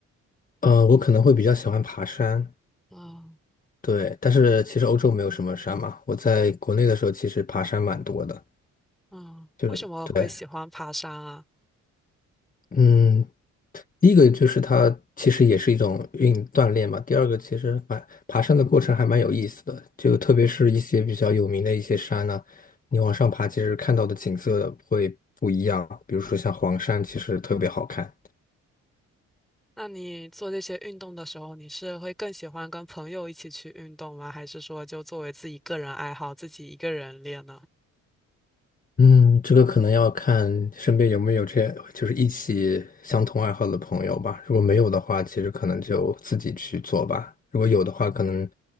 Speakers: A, on the left; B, in the centre.
A: 呃，我可能会比较喜欢爬山。
B: 嗯
A: 对，但是其实欧洲没有什么山嘛。我在国内的时候，其实爬山蛮多的。
B: 嗯，
A: 就是对，
B: 为什么会喜欢爬山啊？
A: 嗯，第一个就是它其实也是一种运锻炼嘛。第二个其实蛮爬山的过程还蛮有意思的，就特别是一些比较有名的一些山呢、你往上爬，其实看到的景色会不一样。比如说像黄山，其实特别好看。
B: 那你做这些运动的时候，你是会更喜欢跟朋友一起去运动吗？还是说就作为自己个人爱好，自己一个人练呢？
A: 嗯，这个可能要看身边有没有这，就是一起相同爱好的朋友吧。如果没有的话，其实可能就自己去做吧。如果有的话，可能